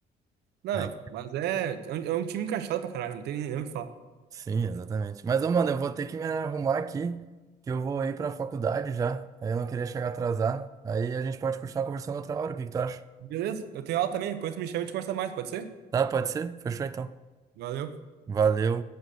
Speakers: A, on the right; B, on the right.
A: Não,
B: Aí,
A: não. Mas é, é um, é um time encaixado pra caralho, não tem nem o que falar.
B: sim, exatamente. Mas, ô, mano, eu vou ter que me arrumar aqui, que eu vou ir pra faculdade já, aí eu não queria chegar atrasado. Aí a gente pode continuar conversando outra hora, o que que tu acha?
A: Beleza? Eu tenho aula também, depois tu me chama e a gente conversa mais, pode ser?
B: Tá, pode ser? Fechou então.
A: Valeu.
B: Valeu.